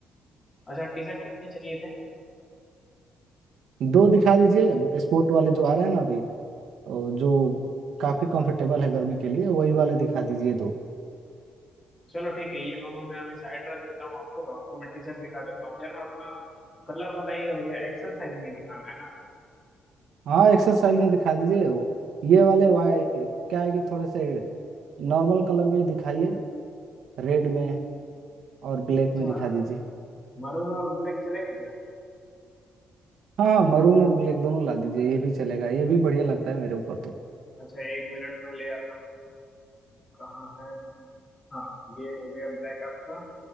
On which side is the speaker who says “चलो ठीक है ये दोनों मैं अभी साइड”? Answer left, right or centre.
Left